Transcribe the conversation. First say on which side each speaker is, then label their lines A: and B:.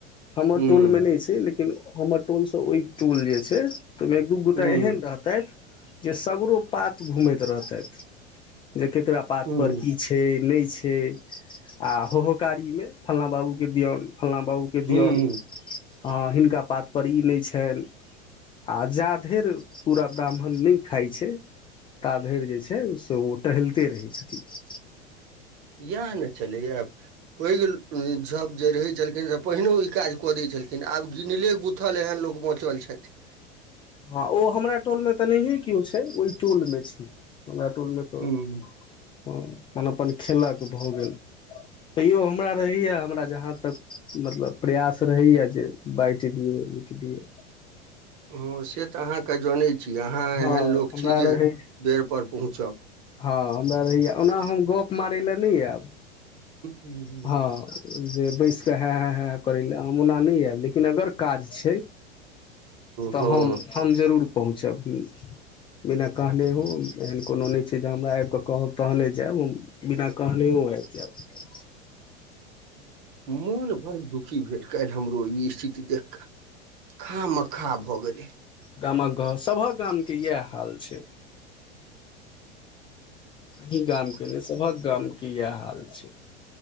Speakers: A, on the left (about 15°); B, on the right (about 45°).
A: हमर
B: हूँ
A: टोलमे नै छै लेकिन हमर टोल स ओइ टोल जे छै, तै मे एक दू गोटा
B: हूँ
A: एहन रहतैथ जे सगरो पात घुमैत रहतैथि जे केकरा पात
B: हूँ
A: पर की छै नैय छै आ होहोकारीमे फल्लाँ बाबूके दियौन फल्लाँ बाबू के
B: हूँ
A: दियौन हँ हिनका पात पर ई नेय छैन आ जा धेर पूरा ब्राह्मण नैय खाइ छै ता धैर जे छै से ओ टहलते रहै छथिन।
B: येह न छलैए पैघ ल झब जे रहै छलखिन से पहिनो ई काज कऽ दै छलखिन आब गिनले गुथल एहन लोक बँचल छैथ।
A: हँ ओ हमरा टोल मे तऽ नहिए किओ छै, ओहि टोल मे छै हमरा टोल मे। तऽ
B: हूँ
A: हँ अपन -अपन खेलक भऽ गेल। तैयो हमरा रहैया, हमरा जहाँ तक मतलब प्रयास रहैया जे बाँटि दियै बुटि दियए।
B: हँ से तऽ अहाँके जनै छी, अहाँ एहन
A: हँ
B: लोक
A: हमरा
B: छी जे
A: रहै
B: बेर पर पहुँचब।
A: हँ हमरा रहैया ओना हम गप मारै लए नै ऐब।
B: <unintelligible>
A: हँ जे बैस के है -है -है करै लए हम ओना नै ऐब, लेकिन अगर काज छैय तऽ
B: हँ
A: हम- हम जरूर पहुँचब। बिना कहने हो एहन कोनो नै छै जे हमरा आइब कऽ कहब तहने जैब हम। बिना कहनेयों आइब जैब।
B: मोन भर झुक की भेल काल्हि हमरो ई स्थिति देखका, खामखा भऽ गेलै।
A: गामक घर सबहक गामके यैह हाल छैय। अहीं गाम के ने सभहक गाम के यैह हाल छै।